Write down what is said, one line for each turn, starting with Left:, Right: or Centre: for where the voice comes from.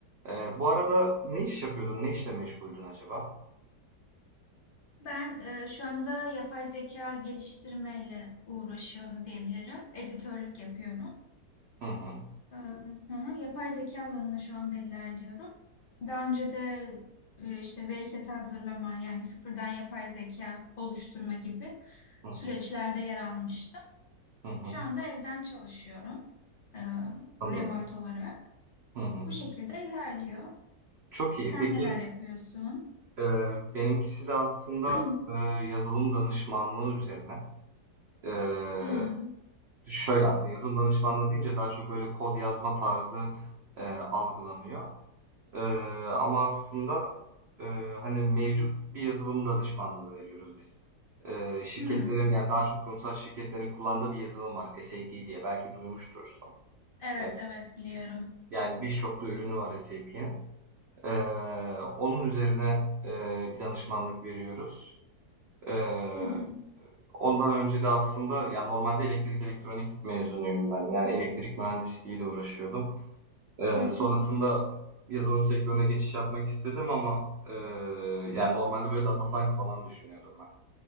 Right: Eee, bu arada ne iş yapıyordun? Ne işle meşguldün acaba?
Left: Ben e, şu anda yapay zeka geliştirmeyle uğraşıyorum diyebilirim. Editörlük yapıyorum.
Right: Hı hı.
Left: E, hı hı, yapay zeka alanında şu anda ilerliyorum. Daha önce de e, işte veri seti hazırlama yani sıfırdan yapay zeka oluşturma gibi
Right: Hı hı.
Left: süreçlerde yer almıştım.
Right: Hı hı.
Left: Şu anda evden çalışıyorum e,
Right: Anladım.
Left: remote olarak.
Right: Hı hı.
Left: Bu şekilde ilerliyor.
Right: Çok iyi.
Left: Sen
Right: Peki,
Left: neler yapıyorsun?
Right: eee, benimkisi de aslında,
Left: <clears throat>
Right: eee, yazılım danışmanlığı üzerine. Eee,
Left: Hmm,
Right: şöyle aslında yazılım danışmanlığı deyince daha çok böyle kod yazma tarzı, eee, algılanıyor. Eee, ama aslında, eee, hani mevcut bir yazılım danışmanlığını veriyoruz biz. Eee, şirketlerin
Left: hmm.
Right: yani daha çok kurumsal şirketlerin kullandığı bir yazılım var SAP diye belki duymuştursun.
Left: Evet,
Right: E,
Left: evet biliyorum.
Right: Yani birçok da ürünü var SAP'in. Ee, onun üzerine e, bir danışmanlık veriyoruz. Ee,
Left: Hı hı.
Right: ondan önce de aslında yani normalde elektrik elektronik mezunuyum ben. Yani elektrik mühendisliğiyle uğraşıyordum. Ee,
Left: Hı hı.
Right: sonrasında yazılım sektörüne geçiş yapmak istedim ama e, yani normalde böyle data science falan düşünüyordum ben.